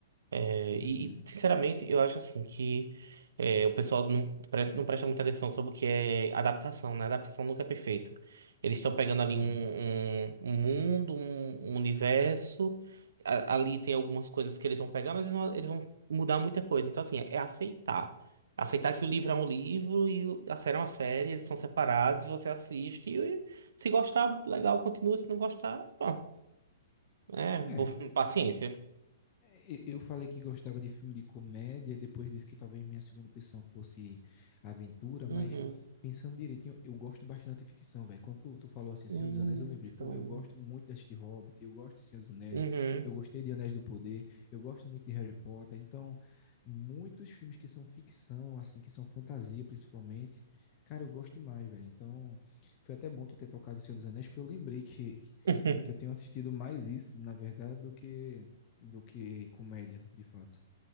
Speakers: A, on the right; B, on the left.
A: É, e,
B: Uhum,
A: e, sinceramente, eu acho assim que é, o pessoal não, pre- não presta muita atenção sobre o que é adaptação, né? Adaptação nunca é perfeito. Eles estão pegando ali
B: uhum.
A: um, um, um mundo, um, um universo. A- ali tem algumas coisas que eles vão pegar, mas eles vão, eles vão mudar muita coisa. Então, assim, é, é aceitar. Aceitar que o livro é um livro e o- a série é uma série, eles são separados, você assiste e se gostar, legal, continua. Se não gostar, bom, é,
B: É.
A: <laughs> paciência.
B: É, e- Eu falei que gostava de filme de comédia, depois disse que talvez minha segunda opção fosse aventura,
A: Uhum.
B: mas pensando direitinho, eu gosto bastante de ficção, velho. Quando tu, tu falou assim,
A: Hum,
B: Senhor dos Anéis, eu lembrei,
A: são
B: pô, eu gosto muito de assistir Hobbit, eu gosto de Senhor dos Anéis,
A: Uhum.
B: eu gostei de Anéis do Poder, eu gosto muito de Harry Potter, então muitos filmes que são ficção, assim, que são fantasia principalmente, cara, eu gosto demais, velho. Então foi até bom tu ter tocado Senhor dos Anéis, porque eu lembrei que,
A: <laughs>
B: que eu tenho assistido mais isso, na verdade, do que do que comédia, de fato.